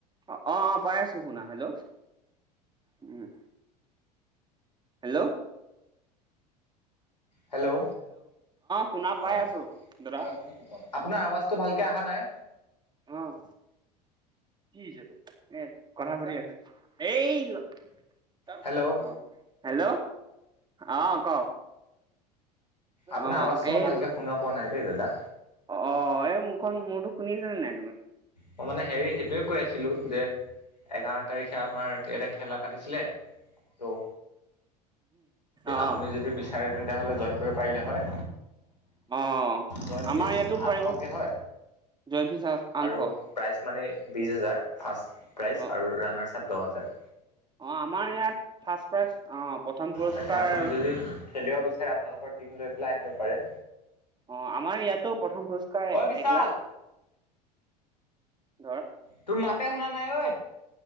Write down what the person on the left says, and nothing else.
হেল্ল'অ
হয়
হয় শুনিছো কওক আপোনাৰ আৱাচ মাতটো ভালকে অহা নাই
হেল্ল'
আপোনাৰ
আৱাজটো
মই ভালকে শুনা পোৱা নাই দেই দাদা
মই মানে হেৰি সেইটোয়ে কৈ আছিলো যে এঘাৰ তাৰিখে আমাৰ ইয়াতে খেলা পাতিচিলে ত
আপোনি যদি বিছাৰে জেন নহলে জইন কৰিব পাৰিলে হয়।
জয়নফিছ
আঠশকে হয়।
আৰু প্ৰাইজ মানে বিশ হাজাৰ ফাৰ্ষ্ট প্ৰাইজ
আৰু ৰাণা কাপ দহ হাজাৰ
তাকে আপুনি যদি খেলিব বিচাৰে আপোনালোকৰ টিম লৈ পেলাই আহিব পাৰে।
ঐ বিশাল
তোৰ মাতে শুনা নাই ঐ